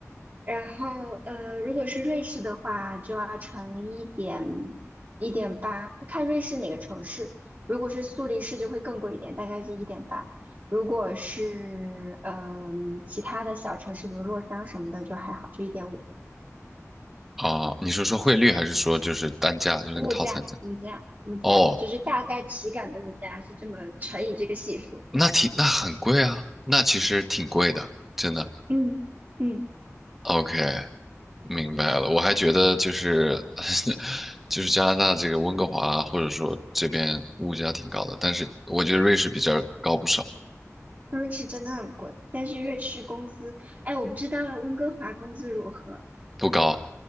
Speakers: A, on the right; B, in the centre.
A: 然后呃，如果是瑞士的话，就要乘一点一点八，看瑞士哪个城市。如果是苏黎世就会更贵一点，大概是一点八。如果是嗯、其他的小城市，比如洛桑什么的，就还好，就一点五。
B: 啊，你是说汇率还是说就是单价，就那个套餐价？
A: 物价，物价，物价，
B: 哦，
A: 就是大概体感的物价是这么乘以这个系数。
B: 那挺那很贵啊，那其实挺贵的，真的。
A: 嗯嗯，
B: OK，明白了。我还觉得就是 <laughs> 就是加拿大这个温哥华或者说这边物价挺高的，但是我觉得瑞士比这儿高不少，
A: 瑞士真的很贵，但是瑞士工资，哎，我不知道温哥华工资如何
B: 不高。